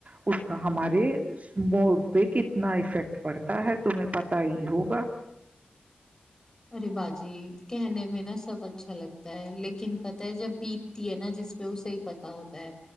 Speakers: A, on the right (about 45°); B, on the left (about 20°).
A: اس کا ہمارے موڈ پہ کتنا افیکٹ پڑتا ہے تمہیں پت ہی ہوگا
B: ارے بات چیت کہنے میں نا سب اچھا لگتا ہے لیکن پت ہے جب بیتتی ہے نا جس پے اسے ہی پتہ ہوتا ہے